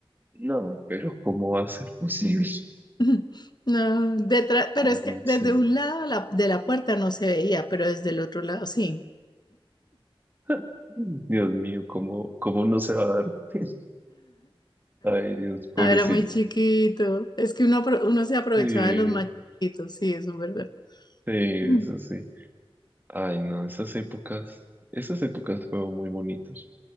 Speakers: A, on the right (about 20°); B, on the left (about 45°).
A: no, pero ¿cómo va a ser posible?
B: <laughs> No, detrás, pero
A: Ay,
B: es que desde
A: sí.
B: un lado la- de la puerta no se veía, pero desde el otro lado sí.
A: <laughs> Dios mío, ¿cómo, cómo no se va a dar? <laughs> Ay, Dios, pobrecito.
B: Ah, era muy chiquito. Es que uno, apro- uno se aprovechaba
A: Sí,
B: de los más chiquitos, sí, eso es verdad.
A: sí, eso
B: Mm.
A: sí. Ay, no, esas épocas, esas épocas fueron muy bonitas.